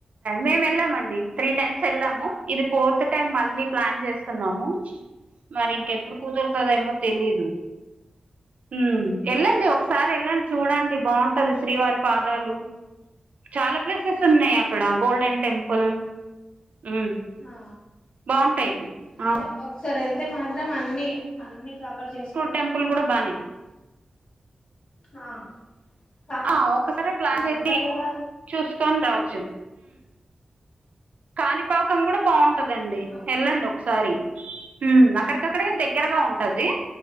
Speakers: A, on the right; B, on the left.
A: మేము వెళ్ళామండి త్రీ టైమ్స్ వెళ్ళాము ఇది ఫోర్త్ టైమ్ టైం మళ్ళీ
B: ఆహా
A: ప్లాన్ చేస్తున్నాము మరి ఇంకెప్పుడు
B: ఓకే
A: కుదురుతదేమో తెలీదు ఉ వెళ్ళండి ఒకసారి వెళ్ళండి చూడండి బాగుంటది శ్రీవారి పాదాలు చాలా ప్లేసెస్ ఉన్నాయి అక్కడ గోల్డెన్ టెంపుల్ ఉ
B: ఆ
A: బాగుంటాయి
B: అదే
A: ఆ
B: ఒకసారి వెళ్తే మాత్రం అన్ని అన్ని కవర్ చేసి
A: టెంపుల్ కూడా బానేయి
B: ఆ కా
A: ఆ ఒకసారి ప్లాన్
B: ఏదో
A: చేసి
B: అంటారు కదా
A: చూసుకొని రావచ్చు కాణిపాకం కూడా బాగుంటదండి
B: ఆ
A: వెళ్ళండి ఒకసారి ఉమ్ అక్కడ అక్కడికి దగ్గరగా ఉంటది